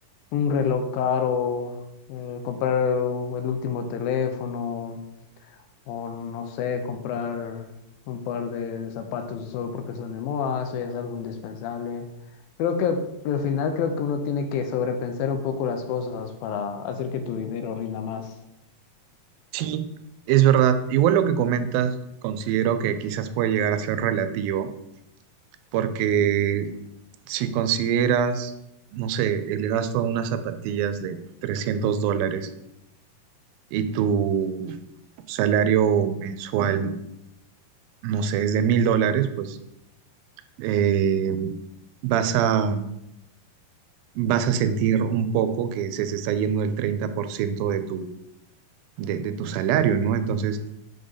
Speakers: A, on the left; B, on the right.
A: un reloj caro, eh, comprar el último teléfono, o no sé, comprar un par de zapatos solo porque son de moda, eso ya es algo indispensable. Creo que al final creo que uno tiene que sobrepensar un poco las cosas para hacer que tu dinero rinda más.
B: Sí, es verdad. Igual lo que comentas, considero que quizás puede llegar a ser relativo, porque si consideras, no sé, el gasto a unas zapatillas de 300 dólares y tu salario mensual, no sé, es de 1000 dólares, pues eh, vas a, vas a sentir un poco que se, se está yendo el 30% de tu, de, de tu salario, ¿no? Entonces